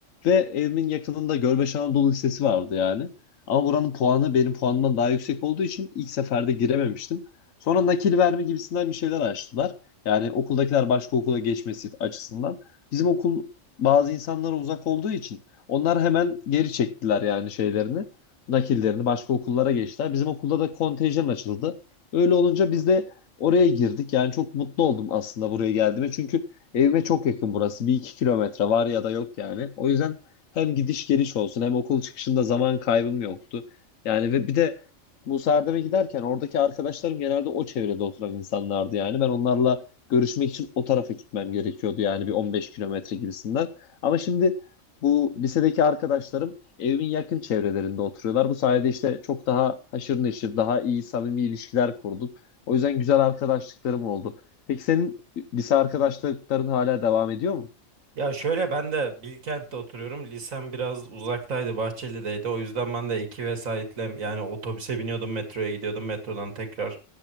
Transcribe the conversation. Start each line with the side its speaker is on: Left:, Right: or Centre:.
Left: Ve evimin yakınında Gölbaşı Anadolu Lisesi vardı yani. Ama buranın puanı benim puanımdan daha yüksek olduğu için ilk seferde girememiştim. Sonra nakil verme gibisinden bir şeyler açtılar. Yani okuldakiler başka okula geçmesi açısından. Bizim okul bazı insanlara uzak olduğu için onlar hemen geri çektiler yani şeylerini. Nakillerini başka okullara geçtiler. Bizim okulda da kontenjan açıldı. Öyle olunca biz de oraya girdik. Yani çok mutlu oldum aslında buraya geldiğime. Çünkü Evime çok yakın burası. Bir iki kilometre var ya da yok yani. O yüzden hem gidiş geliş olsun hem okul çıkışında zaman kaybım yoktu. Yani ve bir de bu Serdem'e giderken oradaki arkadaşlarım genelde o çevrede oturan insanlardı yani. Ben onlarla görüşmek için o tarafa gitmem gerekiyordu yani bir 15 kilometre gibisinden. Ama şimdi bu lisedeki arkadaşlarım evimin yakın çevrelerinde oturuyorlar. Bu sayede işte çok daha haşır neşir, daha iyi samimi ilişkiler kurduk. O yüzden güzel arkadaşlıklarım oldu. Peki senin Lise arkadaşlıkların hala devam ediyor mu?
Right: Ya şöyle ben de Bilkent'te oturuyorum. Lisem biraz uzaktaydı, Bahçeli'deydi. O yüzden ben de iki vesaitle yani otobüse biniyordum, metroya gidiyordum. Metrodan tekrar